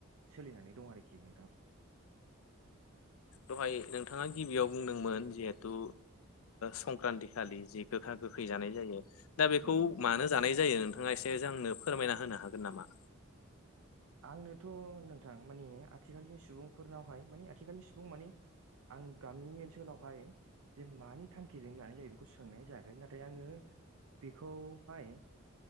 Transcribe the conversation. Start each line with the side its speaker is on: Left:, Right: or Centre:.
Right: सोलिनानै दं आरोखि नोंथां
Left: दहाय नोंथाङा गिबियाव बुंदोंमोन जिहेथु संक्रान्ति खालि जि गोखा गोखै जानाय जायो दा बेखौ
Right: नंगौ नोंथां
Left: मानो जानाय जायो नोंथाङा एसे जोंनो फोरमायना होनो हागोन नामा?
Right: आंनोथ' नोंथां मानिे आथिखालनि सुबुंफोरनावहाय माने आथिखालनि सुबुं मानिे आं गामि ओनसोलावहाय जे मानि थांखिजों जानाय जायो बेखौ सोंनाय जायाखै नाथाय आङो बेखौहाय